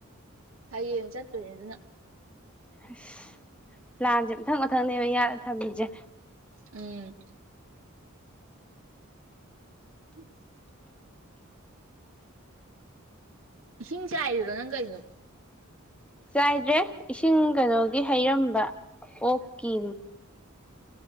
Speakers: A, on the right; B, in the centre.
A: ꯍꯌꯦꯡ ꯆꯠꯇꯣꯏꯅꯦ ꯑꯗꯨꯅ
B: ꯑꯁ ꯂꯥꯟꯁꯦ ꯃꯊꯪ ꯃꯊꯪꯅꯦꯕ ꯌꯥꯗ ꯊꯝꯃꯤꯁꯦ
A: ꯎꯝ ꯎꯝ ꯏꯁꯤꯡ ꯆꯥꯏꯔꯤꯔꯣ ꯅꯪ ꯀꯩꯅꯣ
B: ꯆꯥꯏꯗ꯭ꯔꯦ ꯏꯁꯤꯡ ꯀꯩꯅꯣꯒꯤ ꯍꯩꯔꯝꯕ ꯑꯣꯛꯀꯤ